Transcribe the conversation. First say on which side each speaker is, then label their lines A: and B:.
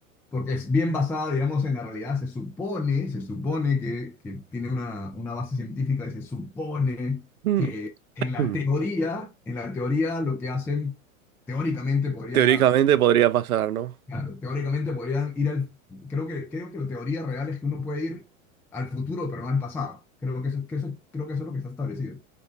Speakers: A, in the centre; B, on the right.
A: porque es bien basada, digamos, en la realidad. Se supone, se supone que, que tiene una, una base científica y se supone
B: Mm,
A: que en la
B: mm.
A: teoría, en la teoría lo que hacen, teóricamente podría,
B: Teóricamente podría pasar, ¿no?
A: claro, teóricamente podrían ir al, creo que, creo que la teoría real es que uno puede ir al futuro, pero no al pasado. Creo que eso, que eso, creo que eso es lo que está establecido.